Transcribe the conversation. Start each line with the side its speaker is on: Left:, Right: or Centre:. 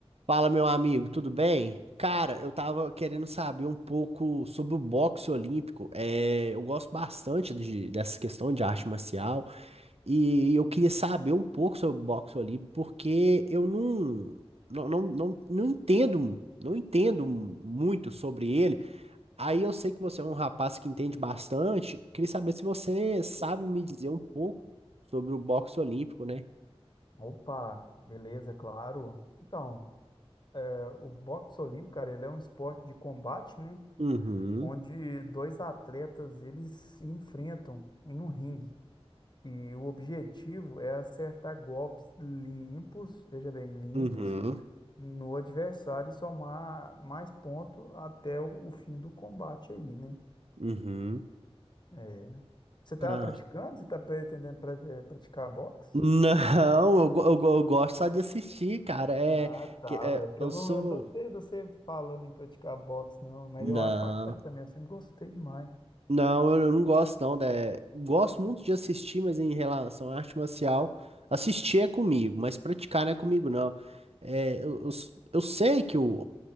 Right: Fala, meu amigo, tudo bem? Cara, eu tava querendo saber um pouco sobre o boxe olímpico. É, eu gosto bastante de, dessa questão de arte marcial e eu queria saber um pouco sobre o boxe olímpico porque eu não, não, não, não, não entendo, não entendo muito sobre ele. Aí eu sei que você é um rapaz que entende bastante. Queria saber se você sabe me dizer um pouco sobre o boxe olímpico, né?
Left: Opa, beleza, claro. Então, é, o boxe olímpico, cara, ele é um esporte de combate, né?
Right: Uhum,
Left: Onde dois atletas, eles se enfrentam em um ringue. E o objetivo é acertar golpes limpos, veja bem, limpos,
Right: uhum,
Left: no adversário e somar mais pontos até o, o fim do combate aí, né?
Right: uhum.
Left: É. Você tá
Right: Cara.
Left: praticando? Você tá pretendendo pra- eh, praticar boxe?
Right: Não, eu, go- eu, go- eu gosto só de assistir, cara. É,
Left: Ah, tá,
Right: que, é,
Left: velho. Porque
Right: eu
Left: eu não
Right: sou.
Left: lembro de você, de você falando em praticar boxe, não. Mas
Right: Não.
Left: eu acho bacana também. Eu sempre gostei demais.
Right: Não, eu eu não gosto não. da- Gosto muito de assistir, mas em relação à arte marcial, assistir é comigo, mas praticar não é comigo não. É, eu, eu, s- eu sei que o,